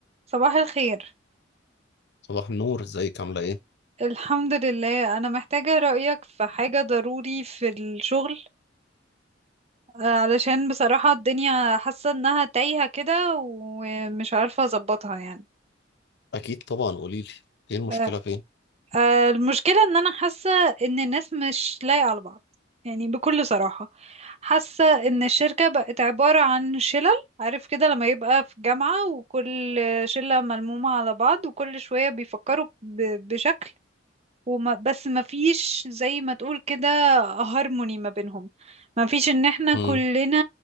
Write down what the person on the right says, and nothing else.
صباح الخير
الحمد لله أنا محتاجة رأيك في حاجة ضروري في الشغل آه، علشان بصراحة الدنيا حاسة إنها تايهة كده ومش عارفة أظبطها يعني
آه،
آه، المشكلة إن أنا حاسة إن الناس مش لايقة على بعض يعني بكل صراحة حاسة إن الشركة بقت عبارة عن شلل عارف كده لما يبقى في جامعة وكل شلة ملمومة على بعض وكل شوية بيفكروا ب- بشكل وما بس ما فيش زي ما تقول كده هارموني ما بينهم ما فيش ان احنا
كلنا